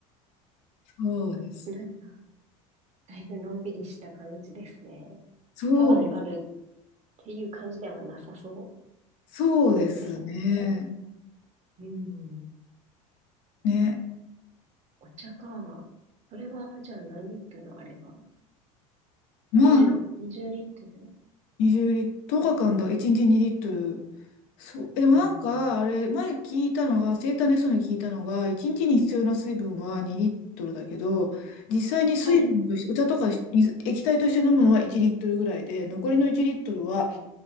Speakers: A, on the left; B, on the right.
A: そうです。
B: なんか、だいぶのんびりした感じですね。
A: そうです。
B: サバイバルっていう感じではなさそ
A: そうですね。
B: うですね。うん。
A: ね。
B: お茶か。それは、じゃあ何リットルあれば
A: まあ、
B: ?20、20リットル
A: 20リットル、10日間だ、1日2リットル。そう。え、でもなんか、
B: うん。
A: あれ、前聞いたのが、生体の人に聞いたのが、1日にちに必要な水分は2リットルだけど、実際に水分として、
B: はい。
A: お茶とかし水液体として飲むのは1リットルぐらいで、残りの1リットルは、